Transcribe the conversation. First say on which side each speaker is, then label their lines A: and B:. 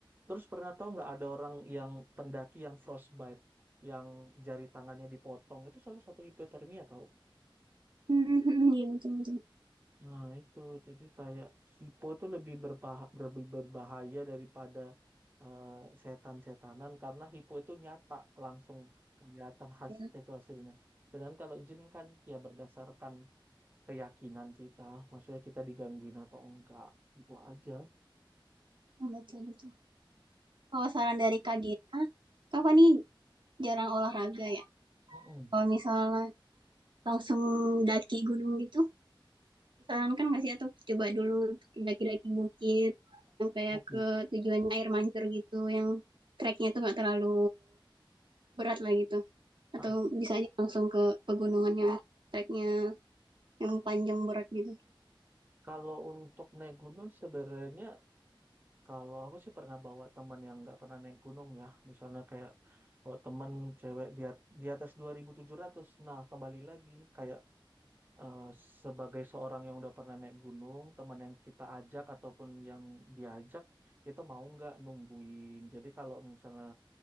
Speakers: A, on the right (about 25°); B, on the right (about 65°).
A: Terus pernah tahu nggak ada orang yang pendaki yang frostbite, yang jari tangannya dipotong itu salah satu hipotermia tahu.
B: Hmm, hmm, hmm, iya betul betul.
A: Nah itu jadi kayak hipo itu lebih berbah- lebih berbahaya daripada eh, setan-setanan karena hipo itu nyata langsung kelihatan hasil
B: Iya,
A: itu hasilnya. Sedangkan kalau jin kan ya berdasarkan keyakinan kita, maksudnya kita digangguin atau enggak, itu aja.
B: betul betul. Kalau saran dari Kak Gina, Kak Fani jarang olahraga ya.
A: Mm-mm,
B: Kalau misalnya langsung daki gunung gitu, disarankan nggak sih atau coba dulu daki-daki bukit yang kayak
A: bukit.
B: ke tujuannya air mancur gitu, yang treknya tuh nggak terlalu berat lah gitu.
A: Nah,
B: Atau bisa aja langsung ke pegunungan yang treknya yang panjang berat gitu.
A: kalau untuk naik gunung sebenarnya kalau aku sih pernah bawa teman yang nggak pernah naik gunung ya, misalnya kayak kalau teman cewek di, at- di atas 2.700, nah kembali lagi kayak eh, sebagai seorang yang udah pernah naik gunung, teman yang kita ajak ataupun yang diajak itu mau nggak nungguin. Jadi kalau misalnya